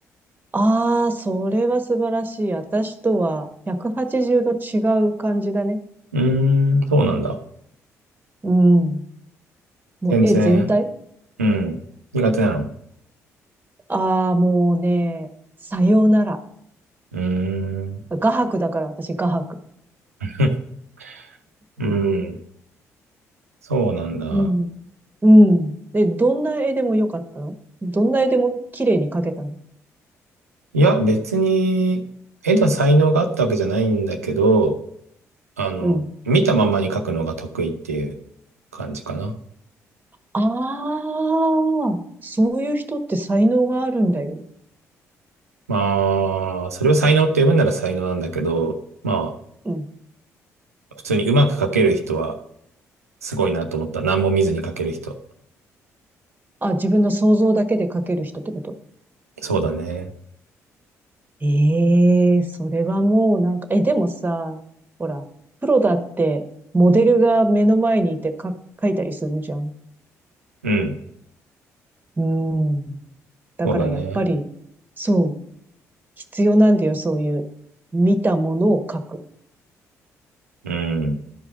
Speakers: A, on the right (about 25°); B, on the right (about 80°).
A: ああ、それは素晴らしい。私とは180度違う感じだね。
B: うーん、そうなんだ。
A: うん。もう、
B: 全然、
A: え、全体
B: うん、苦手なの
A: ああー、もうね、さようなら。
B: うーん、
A: 画伯だから、私、画伯。
B: <laughs> うん、そうなんだ。
A: うん。うん。で、どんな絵でもよかったのどんな絵でも綺麗に描けたの
B: いや、別に、絵の才能があったわけじゃないんだけど、あの、
A: うん。
B: 見たままに描くのが得意っていう感じかな。
A: ああ、そういう人って才能があるんだよ。
B: まあ、それを才能って呼ぶなら才能なんだけど、まあ、
A: うん。
B: 普通にうまく書ける人はすごいなと思った。何も見ずに書ける人。
A: あ、自分の想像だけで描ける人ってこと
B: そうだね。
A: ええそれはもうなんか、え、でもさ、ほら、プロだって、モデルが目の前にいてか、書いたりするじゃん。
B: うん。
A: うん。だからやっぱり、
B: そうだね。
A: そう、必要なんだよ、そういう、見たものを書く。
B: うん。